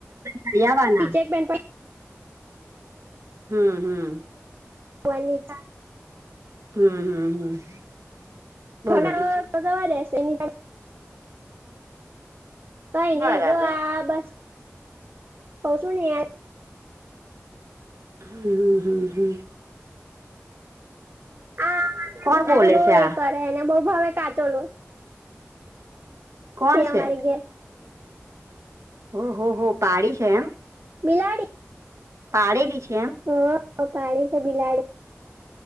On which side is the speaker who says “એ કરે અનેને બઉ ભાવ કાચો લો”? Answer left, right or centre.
Right